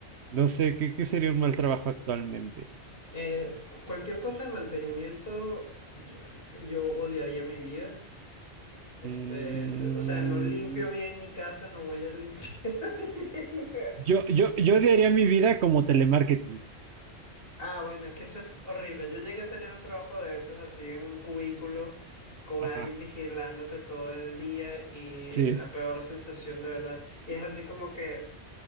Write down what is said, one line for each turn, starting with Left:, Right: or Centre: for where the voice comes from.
Right: no sé, ¿qué, qué sería un mal trabajo actualmente?
Left: Eh, cualquier cosa de mantenimiento, yo, yo odiaría mi vida. Este,
Right: Mm,
Left: o sea, no limpio bien mi casa, no voy a limpiar <laughs> bien.
Right: Yo, yo, yo odiaría mi vida como telemarketing.
Left: Ah, bueno, es que eso es horrible. Yo llegué a tener un trabajo de esos así en un cubículo con
Right: Ajá,
Left: alguien vigilándote todo el día y
Right: sí,
Left: la peor sensación de verdad. Y es así como que